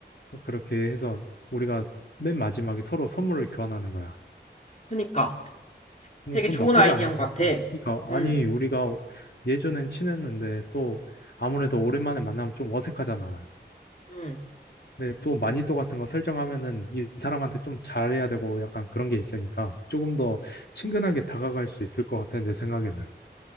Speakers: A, on the left; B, on the left.
A: 그렇게 해서 우리가 맨 마지막에 서로 선물을 교환하는 거야.
B: 그니까.
A: 음,
B: 되게
A: 돈
B: 좋은
A: 나쁘지
B: 아이디어인
A: 않을 것
B: 것 같아.
A: 같아. 그러니까
B: 응,
A: 아니 우리가 예전엔 친했는데 또 아무래도 오랜만에 만나면 좀 어색하잖아.
B: 응.
A: 근데 또 마니또 같은 거 설정하면은 이 사람한테 좀 잘해야 되고 약간 그런 게 있으니까 조금 더 친근하게 다가갈 수 있을 것 같아 내 생각에는.